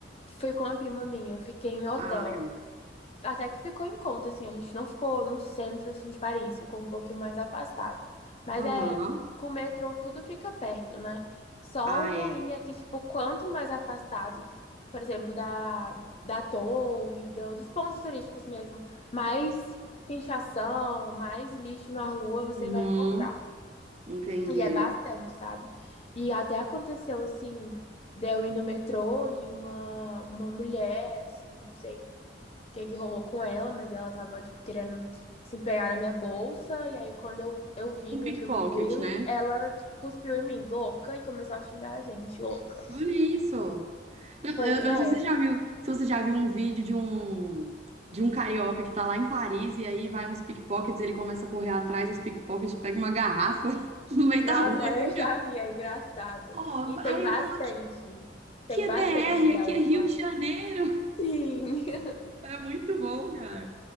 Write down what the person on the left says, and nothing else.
fui com a prima minha, eu fiquei em hotel.
até que ficou em conta, assim, a gente não ficou no centro, assim, de Paris, ficou um pouquinho mais afastado. Mas
é, com o metrô tudo fica perto, né? Só
o ruim
é que, tipo, quanto mais afastado, por exemplo, da, da torre, do- dos pontos turísticos mesmo, mais pinchação, mais lixo na rua você
vai encontrar.
E é bastante, sabe? E até aconteceu, assim, de eu ir no metrô e uma, uma mulher, assim, não sei que é que rolou com ela, mas ela tava, tipo, querendo se empenhar na minha bolsa. E aí, quando eu, eu vi,
minha
prima viu,
ela, tipo, cuspiu em mim, louca, e começou a xingar a gente, louca.
Pois
é.
Nossa,
<laughs>
eu já vi, é engraçado.
E tem
bastante,
tem
bastante
delas
lá.
Sim. <laughs>